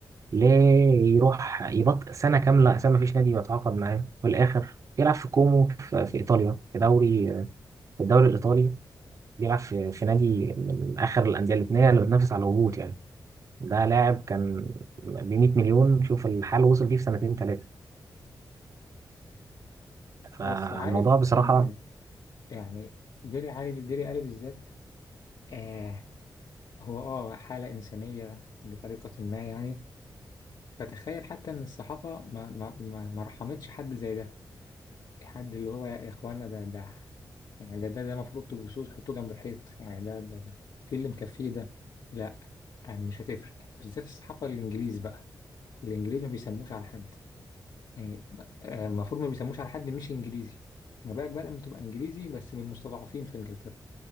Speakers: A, on the right; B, on the left.
A: ليه يروح يبط سنة كاملة أساسا مفيش نادي بيتعاقد معاه في الآخر بيلعب في كومو في, في إيطاليا في دوري في الدوري الإيطالي بيلعب في, في نادي من آخر الأندية اللبنانية اللي بتنافس على الهبوط يعني ده لاعب كان ب 100 مليون شوف الحال وصل بيه في سنتين ثلاثة فالموضوع
B: بس عارف
A: بصراحة
B: إن يعني ديلي علي ديلي ألي بالذات آه هو آه حالة إنسانية بطريقة ما يعني فتخيل حتى إن الصحافة ما ما ما ما رحمتش حد زي ده حد اللي هو يا اخوانا ده ده يعني ده ده ده المفروض تبصوه تحطوه جنب الحيط يعني ده ده ده في اللي مكفيه ده لا يعني مش هتفرق بالذات الصحافة الانجليز بقى الانجليز ما بيسموش على حد يعني آه، المفروض ما بيسموش على حد مش انجليزي ما بالك بقى لما تبقى انجليزي بس من المستضعفين في انجلترا